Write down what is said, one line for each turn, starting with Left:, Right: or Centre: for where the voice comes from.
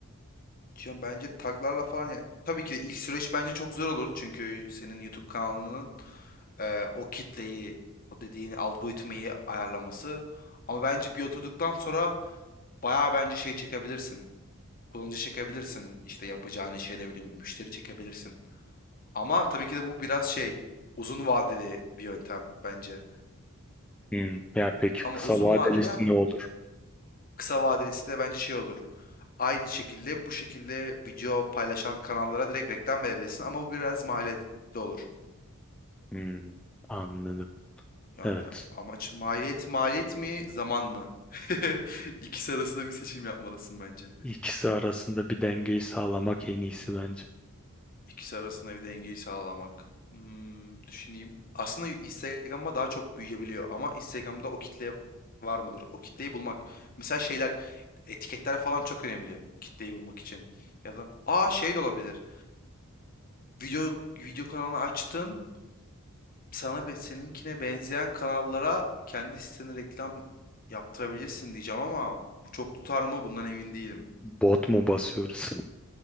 Left: Ya bence taglarla falan ya tabii ki de ilk süreç bence çok zor olur çünkü senin YouTube kanalının e, o kitleyi o dediğin algoritmayı ayarlaması ama bence bir oturduktan sonra bayağı bence şey çekebilirsin kullanıcı çekebilirsin işte yapacağın şey ne bileyim müşteri çekebilirsin ama tabii ki de bu biraz şey uzun vadeli bir yöntem bence
Centre: Hmm, yani peki
Left: ama
Centre: kısa
Left: uzun
Centre: vadelisi
Left: vadeli ama
Centre: ne olur?
Left: kısa vadelisi de bence şey olur aynı şekilde bu şekilde video paylaşan kanallara direkt reklam verebilirsin ama bu biraz maliyetli olur.
Centre: Hmm, anladım.
Left: Yani
Centre: Evet.
Left: amaç maliyet maliyet mi zaman mı? <laughs> İkisi arasında bir seçim yapmalısın bence.
Centre: İkisi arasında bir dengeyi sağlamak en iyisi bence.
Left: İkisi arasında bir dengeyi sağlamak. Hmm, düşüneyim. Aslında Instagram'a daha çok büyüyebiliyor ama Instagram'da o kitleye var mıdır? O kitleyi bulmak. Mesela şeyler etiketler falan çok önemli kitleyi bulmak için. Ya da aa şey de olabilir. Video video kanalı açtın sana be seninkine benzeyen kanallara kendi sitene reklam yaptırabilirsin diyeceğim ama bu çok tutar mı bundan emin değilim.
Centre: Bot mu basıyoruz?